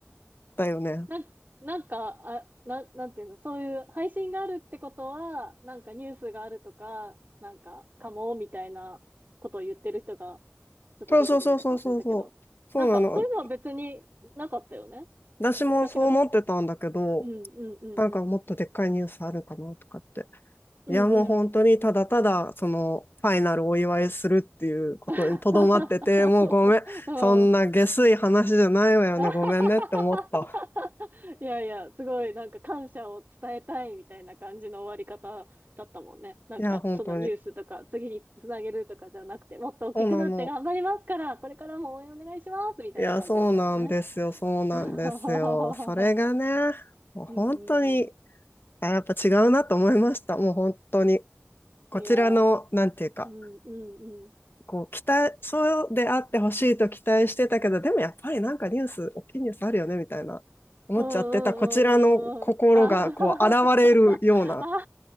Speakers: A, on the left; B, on the right.
A: だよね。
B: なん、なんか、あ、な、なんていうの、そういう配信があるってことは、なんかニュースがあるとか、なんか、かも、みたいなことを言ってる人が、ちょっとどこで見たか忘れたけど。
A: そうそうそうそうそうそう。そうなの。
B: なんか、そういうのは別になかったよね。
A: 私もそう思ってたんだけど、
B: 私が、うん、うん、うん、
A: なんかもっとでっかいニュースあるかなとかって。
B: うん。うん、
A: いや、もう本当にただただ、
B: うん。
A: その、ファイナルお祝いするっていうことにとどまってて、
B: <laughs>
A: もうごめん。
B: うん、
A: そんな下水話じゃないわよね。
B: <laughs> あははは
A: ごめんねって思った。
B: いやいや、すごいなんか感謝を伝えたいみたいな感じの終わり方だったもんね。なんか、
A: いや、本当に。
B: そのニュースとか次につなげるとかじゃなくて、もっと大きくなって頑張りますから、
A: そうなの。
B: これからも応援お願いしますみたいな感じだったもんね。
A: いや、そうなんですよ。そうなんですよ。
B: <laughs> うん
A: それがね、もう本当に、
B: うんう
A: あ、やっぱ違うなと思いました。もう本当に。こちらの、
B: ん。いやー、
A: なんていうか、
B: うんうんうん。
A: こう期待、そうであってほしいと期待してたけど、でもやっぱりなんかニュース、大きいニュースあるよねみたいな、思っちゃってたこちらの心がこう現れるような、
B: うんうんうんうんうん。あはははあは